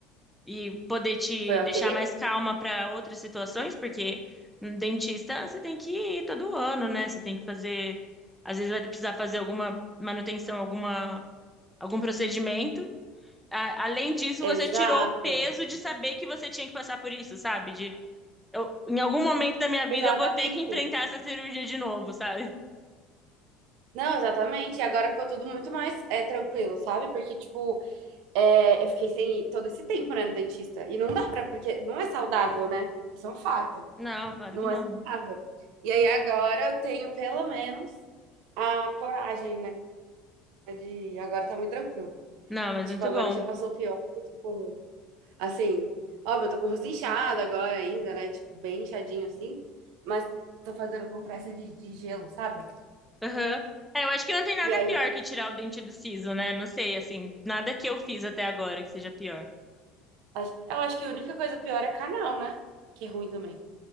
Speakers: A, in the centre; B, on the right.
A: e poder te
B: foi
A: deixar
B: ok,
A: mais
B: né?
A: calma para outras situações, porque no dentista você tem que ir todo ano, né? Você tem que fazer, às vezes vai precisar fazer alguma manutenção, alguma algum procedimento. A- além disso, você
B: Exato,
A: tirou o peso de saber que você tinha que passar por isso, sabe? De eu, em algum momento da minha vida
B: exatamente.
A: eu vou ter que enfrentar essa cirurgia de novo, sabe?
B: Não, exatamente. E Agora ficou tudo muito mais é, tranquilo, sabe? Porque, tipo, é, eu fiquei sem ir todo esse tempo, né, no dentista. E não dá pra, porque não é saudável, né? Isso é um fato.
A: Não, claro
B: Não
A: que não.
B: é saudável. E aí agora eu tenho pelo menos a coragem, né? De agora tá muito tranquilo.
A: Não, mas
B: Tipo,
A: muito
B: agora
A: bom.
B: já passou o pior. Tipo, Assim, óbvio, eu tô com o rosto inchado agora ainda, né? Tipo, bem inchadinho assim. Mas tô fazendo compressa de, de gelo, sabe?
A: Aham. É, eu acho que não tem nada
B: E aí,
A: pior que tirar o dente do siso, né? Não sei, assim, nada que eu fiz até agora que seja pior.
B: acho- eu acho que a única coisa pior é canal, né? Que é ruim também.